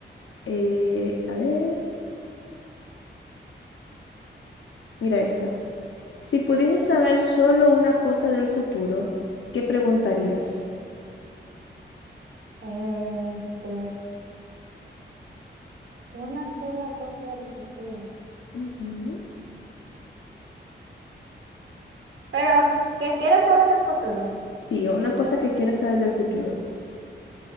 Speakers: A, on the left; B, on the right.
A: Eh, a ver, mira esta. Si pudieses saber solo una cosa del futuro, ¿qué preguntarías?
B: Este, una sola cosa del futuro.
A: Ujú.
B: Pero que quiero saber el futuro.
A: Sí, una cosa que quieres saber del futuro.